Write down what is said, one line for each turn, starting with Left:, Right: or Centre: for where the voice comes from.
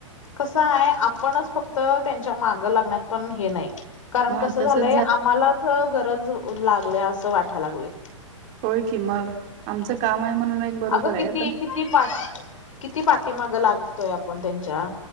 Left: कसं आहे आपणच फक्त त्यांच्या मागं लागण्यात पण हे नाही. कारण
Right: हा
Left: कसं
Right: तसच
Left: झालंय आम्हालाच गरज लागलय, असं वाटायला लागलय.
Right: होय की मग आमचं काम आहे म्हणून एक बरोबर
Left: अगं
Right: आहे,
Left: किती
Right: पण
Left: किती पाठ किती पाठीमाग लागतोय आपण त्यांच्या.